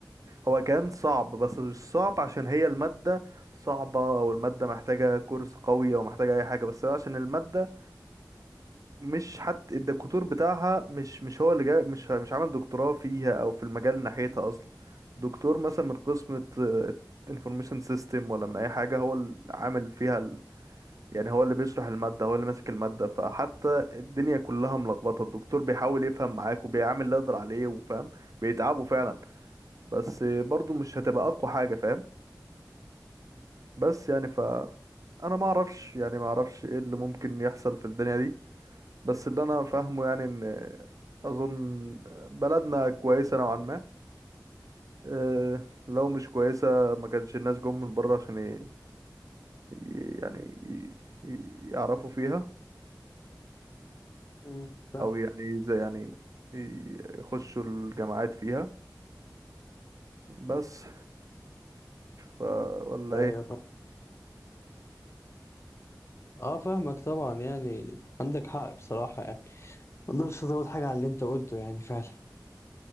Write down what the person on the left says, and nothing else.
امم فاهم
ايوه
فاهم اه فاهمك طبعا يعني عندك حق بصراحه يعني ما اقدرش ازود حاجه على اللي انت قلته يعني فعلا